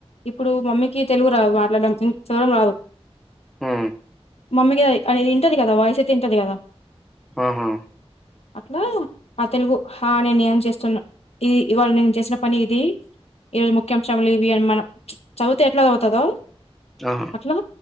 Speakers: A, on the left; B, in the centre.
A: ఇప్పుడు మమ్మీకి తెలుగు రాదు మాట్లాడం చదరడం రాదు
B: ఉమ్
A: మమ్మీకి అది వింటది కదా వాయిస్ అయితే వింటది కదా
B: ఆహా
A: అట్లా ఆ తెలుగు హా నేను ఏం చేస్తున్నా ఇది ఇవాళ నేను చేసిన పని ఇది ఈ రోజు ముఖ్యాంశములు ఇవి అని మనం ప్చ్ చదివితే ఎట్లా చదువుతుదో
B: ఆహా
A: అట్లా